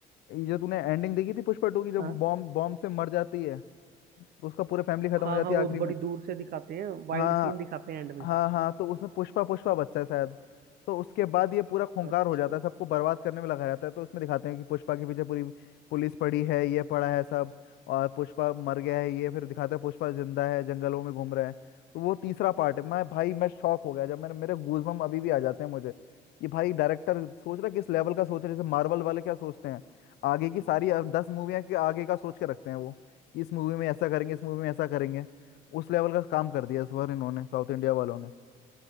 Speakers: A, on the left; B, on the right.
A: ये जो तूने एंडिंग देखी थी पुष्पा टू की जो
B: हाँ
A: बॉम्ब बॉम्ब से मर जाती है तो उसका पूरा फैमिली खत्म
B: हाँ
A: हो जाती
B: हाँ वो
A: है आखिरी
B: बड़ी
A: में
B: दूर से दिखाते हैं वाइड
A: हाँ
B: सीन दिखाते हैं एंड में
A: हाँ हाँ तो उसमें पुष्पा पुष्पा बचता है शायद तो उसके बाद ये पूरा खूंखार
B: अच्छा
A: हो जाता है सबको बर्बाद करने में लगा रहता है तो इसमें दिखाते हैं कि पुष्पा के पीछे पूरी पुलिस पड़ी है ये पड़ा है सब और पुष्पा मर गया है ये फिर दिखाते हैं पुष्पा जिंदा है जंगलों में घूम रहा है तो वो तीसरा पार्ट है मैं भाई मैं शॉक हो गया जब मैंने मेरे गूजबम्प अभी भी आ जाते हैं मुझे कि भाई डायरेक्टर सोच रहा किस लेवल का सोच रहे जैसे मार्वल वाले क्या सोचते हैं आगे की सारी अ, दस मूवियां के आगे का सोच के रखते हैं वो कि इस मूवी में ऐसा करेंगे इस मूवी में ऐसा करेंगे उस लेवल का काम कर दिया इस बार इन्होंने साउथ इंडिया वालों ने